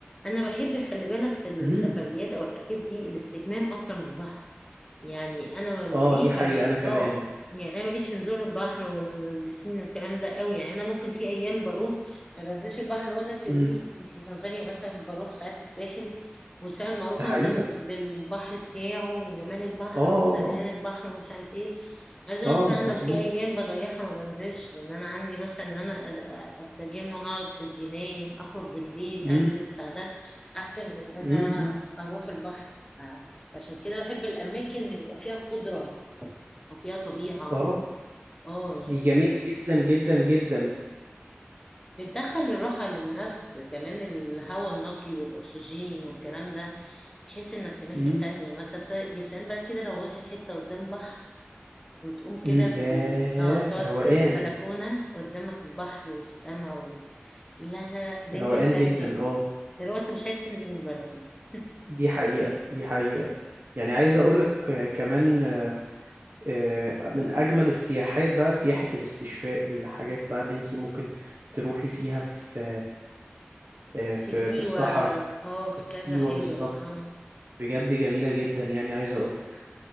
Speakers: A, on the left (about 15°); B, on the right (about 60°).
A: انا بحب خلي بالك في السفريات
B: امم
A: او الحاجات دي الاستجمام اكتر من البحر يعني انا ما- ملي
B: اه دي حقيقة
A: يعني
B: انا كمان
A: اه يعني انا ماليش في نزول البحر والبسين والكلام ده قوي يعني انا ممكن في ايام بروح ما بنزلش البحر اللي هو الناس يقولوا
B: امم
A: لي انت بتهزري يعني مثلا بروح ساعات الساحل والساحل معروف
B: دي حقيقة
A: مثلا بالبحر بتاعه وجمال البحر
B: اه اه
A: وزرقان البحر ومش عارف ايه عايزه
B: اه
A: اقول
B: آه،
A: لك لا انا
B: مظبوط
A: في ايام بضيعها ما بنزلش لان انا عندي مثلا ان انا أز- استجم اقعد في الجناين اخرج بالليل
B: امم
A: انزل بتاع ده احسن من ان
B: امم
A: انا اروح البحر عشان كده بحب الأماكن اللي بيبقى فيها خضرة وفيها طبيعة
B: اه
A: اه يعني
B: دي جميلة جدا جدا جدا
A: بتدخل الراحة للنفس كمان الهواء النقي والأكسجين والكلام ده تحس إنك في ناحية
B: امم
A: تانية مثلا س- يا سلام بقى كده لو واخد حتة قدام بحر وتقوم كده
B: امم
A: في
B: ياه
A: ال... اه تقعد
B: روقان
A: كده في البلكونة قدامك البحر والسما وال... لا لا لا دنيا
B: روقان
A: تانية
B: جدا اه
A: كده اللي هو انت مش عايز تنزل من البلكونة <laughs>
B: دي حقيقة دي حقيقة يعني عايز أقولك آه، كمان آه، من أجمل السياحات بقى سياحة الاستشفاء الحاجات بقى اللي انتي ممكن تروحي فيها في آه، في
A: في سيوة
B: في الصحراء
A: اه في
B: وفي
A: كذا
B: سيوة
A: حاجة
B: بالظبط
A: اه
B: بجد جميلة جدا يعني عايز أقولك